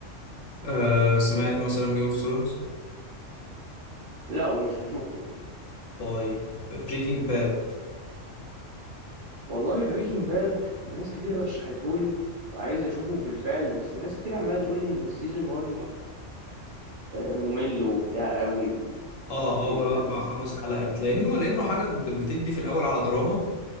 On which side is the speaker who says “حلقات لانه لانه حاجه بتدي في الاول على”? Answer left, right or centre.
Left